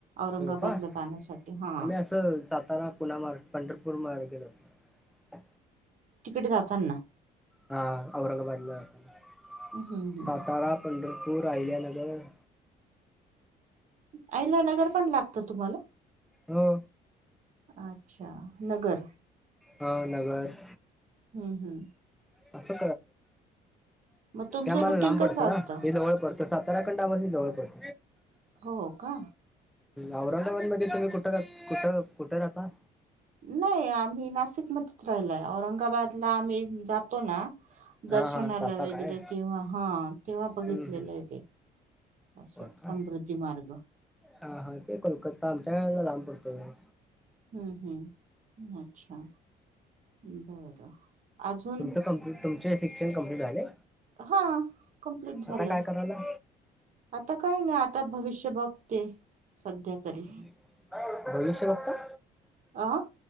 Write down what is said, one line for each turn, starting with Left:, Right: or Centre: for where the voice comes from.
Right: औरंगाबादला
Centre: हो का
Right: जाण्यासाठी हा
Centre: आम्ही अस सातारा पुना मार्ग पंढरपूर मार्ग <inaudible>
Right: तिकडे जाताना
Centre: हा औरंगाबादला जाताना.
Right: हम्म हम्म
Centre: सातारा पंढर पूर, अहिल्यानगर
Right: अहिलनगर पण लागत तुम्हाला.
Centre: हो
Right: अच्छा नगर.
Centre: हा नगर
Right: हम हम.
Centre: <inaudible> ते
Right: मग तुमचं
Centre: आम्हा
Right: रुटीन
Centre: ला लांब
Right: कसं
Centre: पडत
Right: असतं
Centre: ना हे जवळ पडत सातारा कडन आम्हासनी जवळ पडत.
Right: हो का.
Centre: औरंगाबादमध्ये तुम्ही कुठ कुठ कुठ राहता.
Right: नाही आम्ही नासिक मध्येच राहिलो य औरंगाबादला आम्ही जातो ना.
Centre: हा
Right: दर्शनाला
Centre: हा जाता
Right: वेगेरे
Centre: काय
Right: तेव्हा हा तेव्हा
Centre: हम्म
Right: बघितलेलं
Centre: हम्म
Right: आहे ते. असं
Centre: हो का
Right: समृद्धी मार्ग
Centre: हा हा ते कोलकताम. <unintelligible> लांब पडतं ते
Right: हम्म हम्म, अच्छा! बरं अजून
Centre: तुमचं कम्प्लीट, तुमचे शिक्षण कम्प्लीट झाले?
Right: हा कंप्लीट
Centre: आता
Right: झालंय
Centre: काय कराला?
Right: आता काय नाय आता भविष्य बघते. सध्या तरी
Centre: <unintelligible> भविष्य बघताय
Right: आ